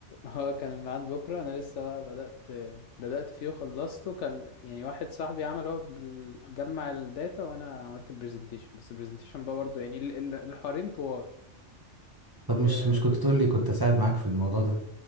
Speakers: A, on the left (about 75°); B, on the right (about 20°).
A: هو كان الميعاد بكرة أنا لسه بقى بدأت بدأت فيه وخلصته كان يعني واحد صاحبي عمل هو بال- جمع الداتا وأنا عملت البرزنتيشن بس البرزنتيشن بقى برضه يعني ال- ال- الحوارين طوال
B: طب
A: اه
B: مش مش كنت تقول لي كنت اساعد معاك في الموضوع ده